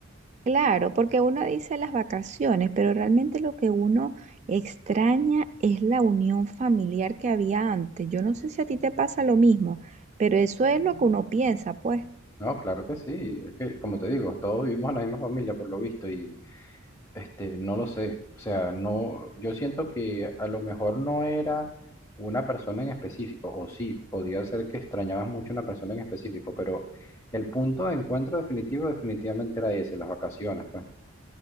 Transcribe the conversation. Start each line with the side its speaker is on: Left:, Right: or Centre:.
Right: Claro, porque uno dice las vacaciones, pero realmente lo que uno extraña es la unión familiar que había antes. Yo no sé si a ti te pasa lo mismo, pero eso es lo que uno piensa, pues.
Left: No, claro que sí. Es que, como te digo, todos vivimos en la misma familia por lo visto Este, no lo sé. O sea, no, yo siento que a lo mejor no era una persona en específico, o sí, podría ser que extrañabas mucho una persona en específico, pero el punto de encuentro definitivo definitivamente era ese, las vacaciones, pues.